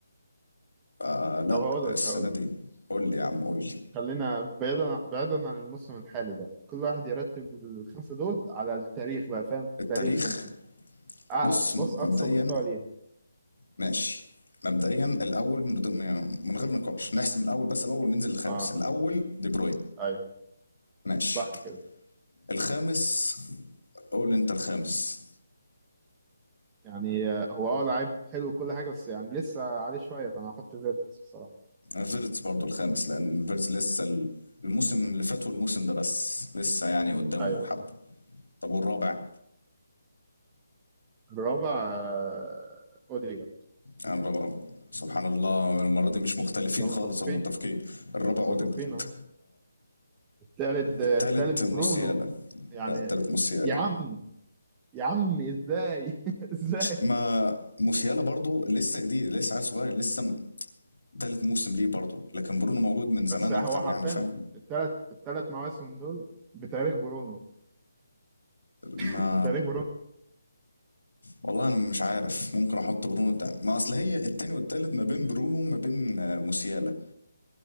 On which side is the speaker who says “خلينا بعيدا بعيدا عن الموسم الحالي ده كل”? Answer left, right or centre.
Right